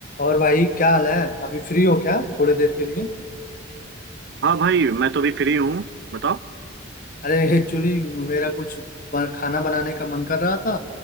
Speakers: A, on the left (about 45°); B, on the right (about 60°).
A: और भाई क्या हाल है अभी फ्री हो क्या थोड़े देर के लिए
B: हाँ भाई मैं तो भी फ्री हूँ बताओ
A: अरे एक्चुअली मेरा कुछ ब- खाना बनाने का मन कर रहा था